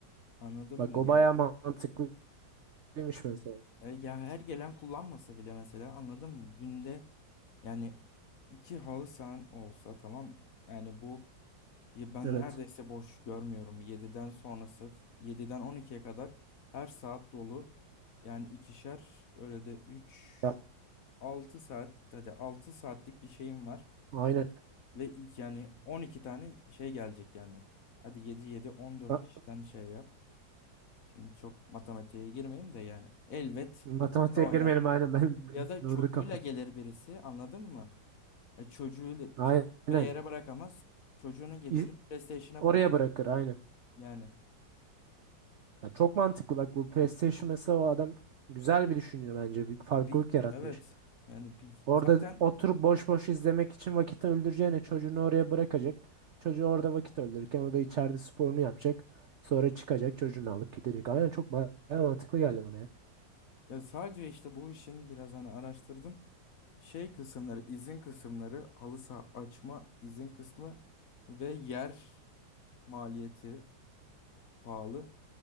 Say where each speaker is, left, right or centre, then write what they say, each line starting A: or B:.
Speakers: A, on the left; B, on the right.
A: anladın
B: Bak
A: mı yani?
B: o bayağı mantıklıymış mesela.
A: E, ya her gelen kullanmasa bile mesela anladın mı? Günde yani iki halı sahan olsa tamam mı? yani bu Ya ben
B: Evet.
A: neredeyse boş görmüyorum. Yediden sonrası, yediden on ikiye kadar her saat dolu. Yani ikişer, öyle de 3
B: Ya,
A: 6 saat, hadi 6 saatlik bir şeyim var.
B: aynen.
A: Ve ilk yani 12 tane şey gelecek yani. Hadi yedi yedi on dört
B: Ha,
A: kişiden şey yap. Şimdi çok matematiğe girmeyeyim de yani. Elbet
B: Matematiğe
A: birileri oynar.
B: girmeyelim aynen. <laughs> Benim
A: Ya da
B: durdu
A: çocuğuyla
B: kafa.
A: gelir birisi, anladın mı? E çocuğuyla,
B: Aynen.
A: çocuğu bir yere bırakamaz. Çocuğunu getirir
B: İz-
A: PlayStation'a
B: Oraya
A: bırak.
B: bırakır aynen.
A: Yani.
B: Ya, çok mantıklı. Bak bu PlayStation mesela o adam güzel bir düşünce bence. Bir farklılık
A: Ya bir
B: yaratmış.
A: evet yani bir
B: Orada
A: zaten
B: oturup boş boş izlemek için vakit öldüreceğine çocuğunu oraya bırakacak. Çocuğu orada vakit öldürürken o da içeride sporunu yapacak. Sonra çıkacak çocuğunu alıp gidecek. Aynen çok bayağı mantıklı geldi bana ya.
A: ya sadece işte bu işin biraz hani araştırdım. Şey kısımları, izin kısımları, halı saha açma izin kısmı ve yer maliyeti pahalı.